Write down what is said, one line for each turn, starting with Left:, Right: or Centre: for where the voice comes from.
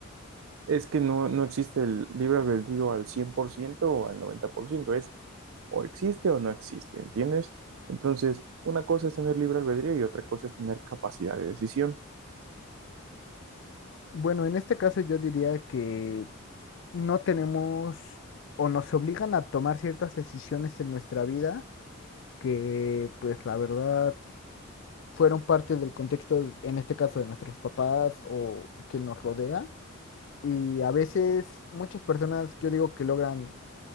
Right: es que no, no existe el libre albedrío al 100% o al 90%. Es o existe o no existe, ¿entiendes? Entonces, una cosa es tener libre albedrío y otra cosa es tener capacidad de decisión.
Left: Bueno, en este caso yo diría que no tenemos o nos obligan a tomar ciertas decisiones en nuestra vida que, pues, la verdad, fueron parte del contexto, en este caso, de nuestros papás o quien nos rodea Y a veces muchas personas, yo digo que logran